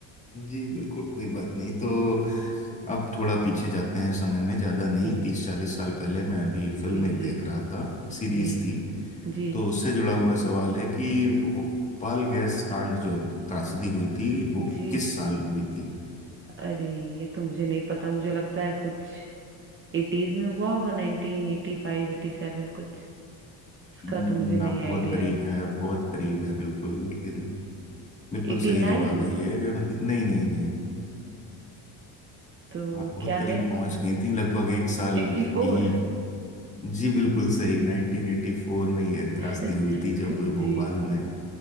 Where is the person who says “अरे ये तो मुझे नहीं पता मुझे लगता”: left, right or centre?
Right